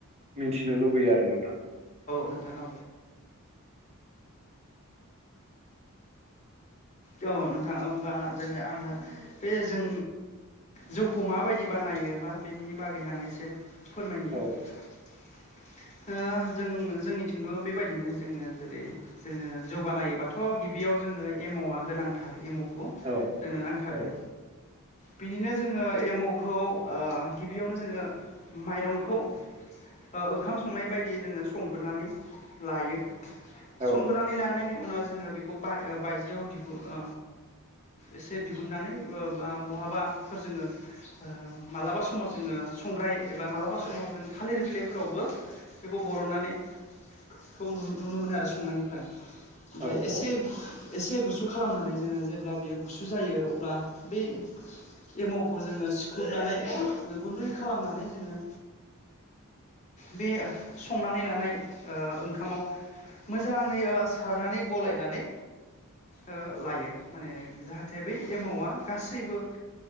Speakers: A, on the right; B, on the left.
A: मिनथिनो लुबैयो आरो नोंथां
B: नोंथां औ औ नोंथां ओमबा जोङो आङो बे जों जौखौ माबायदि बानायो बा बेनि बागैनो आं एसे फोरमायनि <unintelligible>
A: औ
B: ओ जों जोंनिथिंबो बेबायदिनो जोङो जेरै जोंनो जौ बानायोबाथ' गिबि याव जोंनो एमावआ गोनांथार एमावखौ
A: औ
B: जोंनो नांथारगोन
A: औ
B: बिनिनो जोङो एमावखौ ओ गिबियावनो जोङो माइरंखौ ओ ओंखाम संनाय बायदि जोङो संग्रोनानै लायो संग्रोनानै
A: औ
B: लानायनि उनाव जोङो बेखौ बाय- बायजोआव दिहु ओ एसे दिहुननानै ओ बा बहाबा फोर जोङो ओ मालाबा समाव जोङो संग्राय एबा मालाबा समाव जों थालिर बिलाइफोरावबो बेखौ बरननानै खौ नु-नुनो मोनो आरो संनायनिफ्राय ओमफ्राय
A: औ
B: एसे
A: औ
B: एसे गुस गुसु खालामनानै जोङो जेब्ला बियो गुसु जायो अब्ला बे एमावखौ जोङो सिखुबनानै गुन्दै खालामनानै जोङो बे संनानै लानाय ओ ओंखामाव मोजाङै ओ सारनानै गलायनानै ओ लायो माने जाहाथे बै एमावा गासैबो